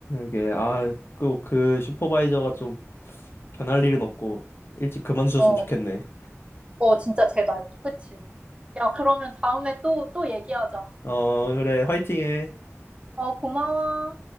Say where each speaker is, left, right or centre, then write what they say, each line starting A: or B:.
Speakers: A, on the left; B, on the right.
A: 이게, 아, 그, 그 슈퍼바이저가 좀 변할 일은 없고 일찍 그만두셨으면
B: 어.
A: 좋겠네.
B: 어, 진짜 제발. 그치? 야, 그러면 다음에 또, 또 얘기하자.
A: 어, 그래, 화이팅해.
B: 어, 고마워.